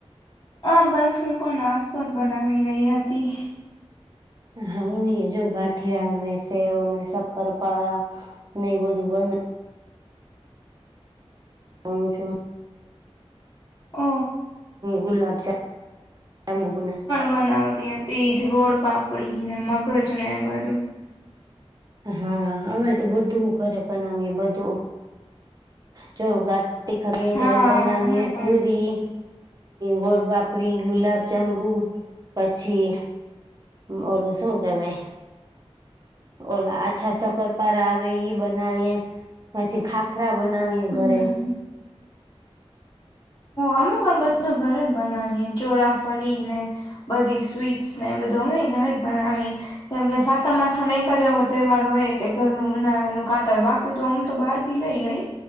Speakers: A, on the left; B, on the right.
A: હા બસ હું પણ નાસ્તો જ બનાવી રહી હતી.
B: હા હું એ જો ગાંઠિયા અને સેવ અને શક્કરપાારા ને એ બધું બના <inaudible>
A: <inaudible>
B: ગુલાબ જાંબુને
A: બનાવતી હતી ગોળ પાપડી ને મગજ ને એ બધૂ
B: હા અમે તો બધુ ઘરે બનાવીએ બધુ જો ગા તે <unintelligible>
A: હા
B: એવુ બનાવીએે
A: અમે પણ
B: પુરી ગોડપાપડી ગુલાબ જાંબુ પછી બોલો શુ ગમે? ઓલા આછા સકરપારા આવે ઈ બનાવીએ પછી ખાખરા ખાખરા બનાવીએ
A: હમ
B: ઘરે.
A: અમે પણ બધું ઘરે જ બનાવીએ ચોરાફળી ને બધી સ્વીટ્સ ને એ બધું અમે ઘરે જ બનાવીએ. કેમ કે સાતમ આઠમ એક જ એવો તહેવાર હોય કે ઘરનુ બનાવેલુ ખાતા હોય બાકી તો આમ તો બહાર થી લઈ લઈ